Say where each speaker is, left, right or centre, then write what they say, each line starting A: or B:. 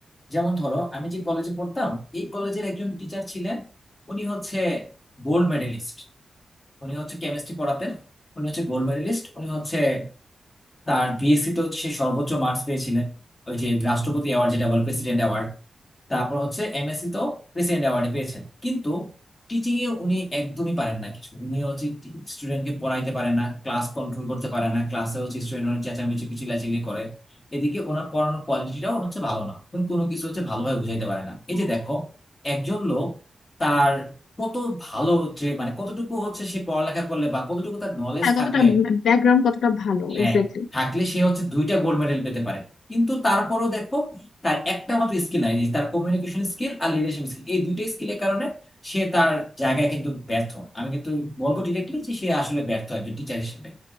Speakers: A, on the left; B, on the left.
A: যেমন ধরো আমি যে কলেজে পড়তাম এই কলেজের একজন টিচার ছিলেন উনি হচ্ছে গোল্ড মেডেলিস্ট উনি হচ্ছে কেমিস্ট্রি পড়াতেন উনি হচ্ছে গোল্ড মেডেলিস্ট উনি হচ্ছে তার বিএসসি তো সে সর্বোচ্চ মার্কস পেয়েছিলেন ওই যে রাষ্ট্রপতি অ্যাওয়ার্ড যেটা বলে প্রেসিডেন্ট অ্যাওয়ার্ড তারপর হচ্ছে এমএসসি তো প্রেসিডেন্ট অ্যাওয়ার্ডে পেয়েছেন কিন্তু টিচিং এ উনি একদমই পারেন না কিছু উনি হচ্ছে স্টুডেন্টকে পড়াইতে পারে না ক্লাস কন্ট্রোল করতে পারে না ক্লাসে হচ্ছে স্টুডেন্ট অনেক চেঁচামেচি কিছু চিল্লাচিল্লি করে এদিকে ওনার পড়ানোর কোয়ালিটিটাও হচ্ছে ভালো না উনি কোনো কিছু হচ্ছে ভালোভাবে বুঝাইতে পারে না এই যে দেখো একজন লোক তার কত ভালো যে মানে কতটুকু হচ্ছে সে পড়ালেখা করলে বা কতটুকু তার নলেজ
B: হ্যাঁ কতটা
A: থাকলে
B: ব্যাকগ্রাউন্ড কতটা ভালো
A: হ্যাঁ
B: এক্স্যাক্টলি
A: থাকলে সে হচ্ছে দুইটা গোল্ড মেডেল পেতে পারে কিন্তু তারপরও দেখো তার একটা মাত্র স্কিল নাই তার কমিউনিকেশন স্কিল আর লিডারশিপ স্কিল এই দুইটা স্কিলের কারণে সে তার জায়গায় কিন্তু ব্যর্থ আমি কিন্তু বলবো ডিরেক্টলি যে সে আসলে ব্যর্থ একজন টিচার হিসেবে